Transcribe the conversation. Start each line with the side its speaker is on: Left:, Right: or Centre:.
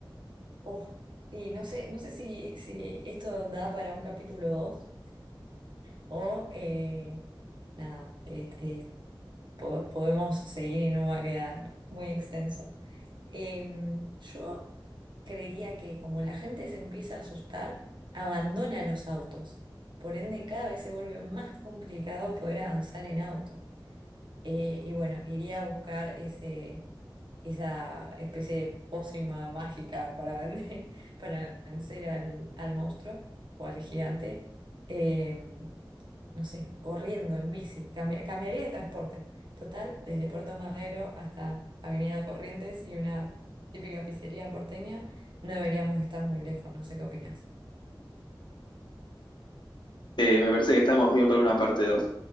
Right: uf, y no sé, no sé si, si esto da para un capítulo 2 o eh, nada, este, po- podemos seguir y no va a quedar muy extenso. Em, yo creería que como la gente se empieza a asustar, abandona los autos. Por ende, cada vez se vuelve más complicado poder avanzar en auto. Eh, y bueno, iría a buscar ese, esa especie de pócima mágica para <laughs> vender, para vencer al, al monstruo o al gigante. Em, no sé, corriendo en bici, Cambia- cambiaría de transporte. Total, desde Puerto Madero hasta Avenida Corrientes y una típica pizzería porteña, no deberíamos estar muy lejos, no sé qué opinas.
Left: Eh, me parece que estamos bien para una parte 2.